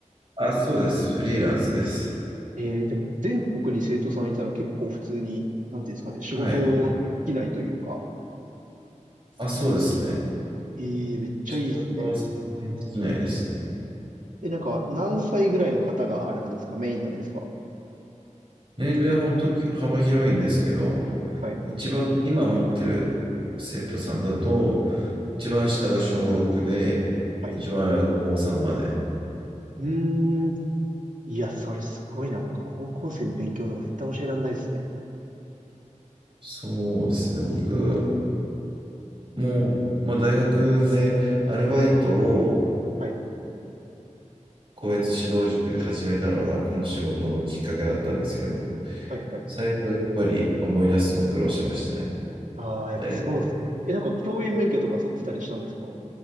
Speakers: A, on the right; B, on the right.
A: あ、そうです。フリーランスです。
B: ええでも全国に生徒さんいたら結構普通に、なんていうんですかね、仕事を尽きないというか。
A: はい。あ、そうですね。
B: ええめっちゃいいですね。
A: 仕事はそんなに尽きないですね。
B: え、なんか何歳ぐらいの方があれなんですかメインなんですか
A: 年齢は本当幅広いんですけど、
B: はい。
A: 一番今持ってる生徒さんだと、一番下が小6で、
B: はい。
A: 一番上が高3まで。
B: うーん。いや、それすごいな。僕、高校生に勉強とか絶対教えられないですね。
A: そうですね。僕も、まあ、大学でアルバイトを
B: はい。
A: 個別指導塾で始めたのがこの仕事のきっかけだったんですけど、
B: はいはいはい。
A: 最初はやっぱり思い出すの苦労しましたね。
B: ああ、やっぱそうっす。
A: 大学。
B: え、なんか教員免許とか取ってたりしたんですか